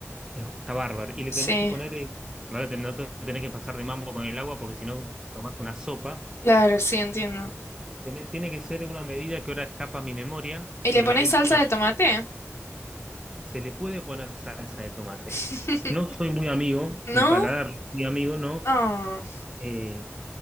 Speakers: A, on the right (about 15°); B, on the left (about 65°).
A: es- está bárbaro. Y le
B: Sí.
A: tenés que poner... eh, No, lo ten- no te tenés que pasar de mambo con el agua porque si no tomás una sopa
B: Claro, sí, entiendo.
A: Eh, Tiene, tiene que ser una medida que ahora escapa a mi memoria,
B: ¿Y le
A: pero
B: pones
A: hay una,
B: salsa de tomate?
A: se le puede poner salsa de tomate.
B: <laughs>
A: No soy muy amigo,
B: ¿No?
A: mi paladar no es muy amigo, no,
B: Oh,
A: eh,